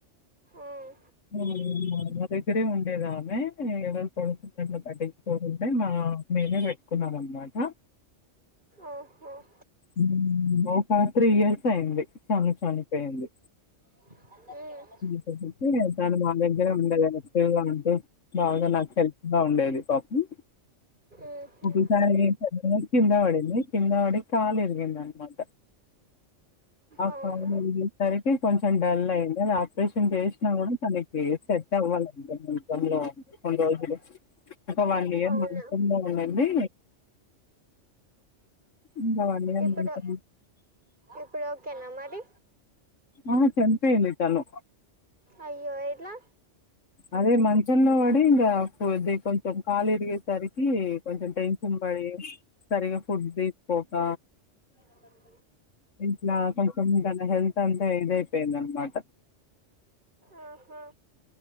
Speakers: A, on the right; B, on the left.
A: ఆహ్.
B: ఉమ్ మా అమ్మా దగ్గరే ఉండేది ఆమె ఎవరు కొడుకులు పట్టించుకో కుంటే మా. మేమే పెట్టుకున్నాం అన్నమాట.
A: ఆహ్ హ్.
B: ఉమ్ ఒ ఫో త్రీ ఇయర్స్ అయింది ఆమె చనిపోయింది.
A: ఉమ్.
B: కతే తను మా దగ్గరే ఉండేది అట్లా ఉంటూ బాగా నాకు హెల్ప్ గా ఉండేది. ఉమ్
A: ఉహు
B: ఒకేసారి <unintelligible> కింద పడింది కింద పడి కాళ్ళు ఇరిగిందనామాట. ఆ
A: అవునా
B: కాలు ఇరిగేసారకి. కొంచెం డల్ అయింది అ ఆపరేషన్ చేసినా కూడా తనకి సెట్ అవ్వాలె కొంచం <unintelligible> లో కొన్ని రోల్ ఒక వన్ ఇయర్
A: అవునా
B: మంచంలో ఉండింది ఇంకా వన్ ఇయర్
A: ఇప్పుడు ఇప్పుడు ఓకేనా మరి
B: ఆహా చనిపోయింది తను
A: అయ్యో ఎట్లా
B: అదే మన్ చ్చంలో పడి ఇంగ ద్ కొంచెం కాలు ఇరిగేసరికి కొంచెం టెన్షన్ పడి సరిగా ఫుడ్స్ తీసుకోక
A: కీపర్ ఒకరు
B: ఇట్లా కొంచం తన హెల్త్ అంతా ఇదైపోయిందన్నమాట
A: ఆహా